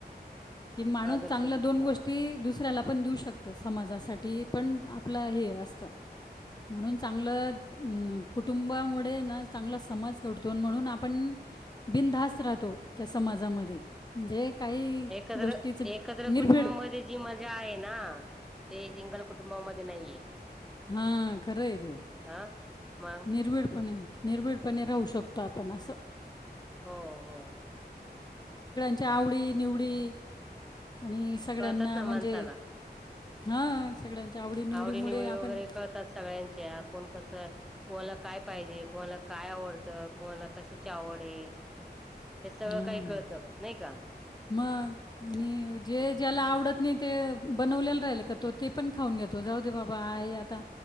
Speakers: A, on the left (about 25°); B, in the centre.
A: की माणूस
B: आदर्श
A: चांगल्या
B: कुटुंबामुळे.
A: दोन गोष्टी दुसऱ्याला आपण देऊ शकतो समाजासाठी पण आपलं हे असतं म्हणून चांगलं कुटुंब कुटुंबामुळे ना चांगला समाज घडतो म्हणून आपण बिनधास राहतो त्या समाजामध्ये म्हणजे काही
B: एकत्र
A: गोष्टीचं
B: एकत्र
A: निर्भीड
B: कुटुंबामध्ये जी मजा आहे ना ते सिंगल कुटुंबामध्ये नाहीये
A: हा खरं रे
B: हा मग
A: निर्भिडपणे निर्भिडपणे राहू शकतो आपण असं
B: हो हो
A: आवडी निवडी आणि सगळ्यांना
B: कळतात ना
A: म्हणजे
B: माणसाला
A: हां सगळ्यांच्या आवडी-निवडीमुळे
B: आवडी निवळी वगैरे
A: आपण
B: कळतात सगळ्यांच्या कोण कसं कोणाला काय पाहिजे कोणाला काय आवडतं कोणाला कशाची आवड आहे हे सगळं
A: हा
B: काही कळतं नाही का
A: मग आणि जे ज्याला आवडत ते बनवलेला राहिल का तो ते पण खाऊन घेतो जाऊ दे बाबा आहे आता